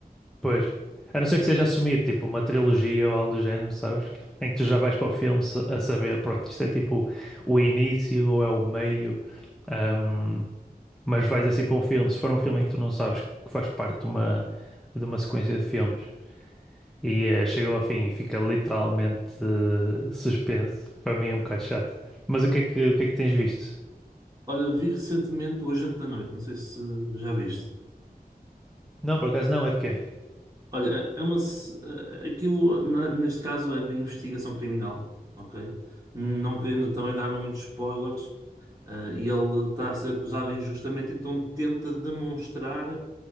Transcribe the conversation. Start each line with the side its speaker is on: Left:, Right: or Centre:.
Centre: Pois. A não ser que seja assumido, tipo, uma trilogia ou algo do género, sabes? Em que tu já vais para o filme sa- a saber, pronto, isto é tipo o início ou é o meio, ahm, mas vais assim para um filme. Se for um filme em que tu não sabes que faz parte de uma, de uma sequência de filmes e eh, chega ao fim e fica literalmente eh, suspenso, para mim é um bocado chato. Mas o que é que, o que é que tens visto?
Right: Olha, vi recentemente O Agente da Noite, não sei se já viste.
Centre: Não, por acaso não, é de quê?
Right: Olha, é é uma. se- eh, Aquilo, na- neste caso, é de investigação criminal, ok? Não querendo também dar muitos spoilers, eh, e ele está a ser acusado injustamente, então tenta demonstrar.